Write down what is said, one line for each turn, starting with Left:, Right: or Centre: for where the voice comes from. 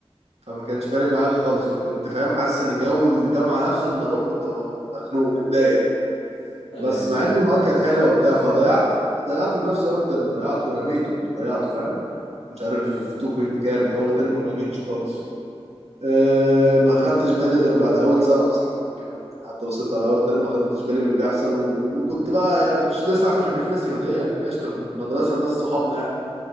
Right: فما كانش فارق معايا خالص فكنت فاهم حاسس ان جو الجامعه نفسه ان اروح كنت ببقى مخنوق متضايق يعني
Left: ايوه
Right: بس
Left: فاهم
Right: مع ان المواد كانت حلوه وبتاع فضيعت ضيعت من نفسي اول ترم ضيعته ورميته مش ضيعته فاهم مش عارف
Left: مم.
Right: 2 بوينت كام اول ترم ما جيتش خالص أه ما خدتش بالي غير بعد اول سنه اصلا يعني كمان يعني حتى بصيت على اول ترم ما خدتش بالي من اللي بيحصل و- وكنت بقى كنتش لسه عارف ان في ناس يهوديه انا كان قشطه في المدرسه الناس صحابنا يعني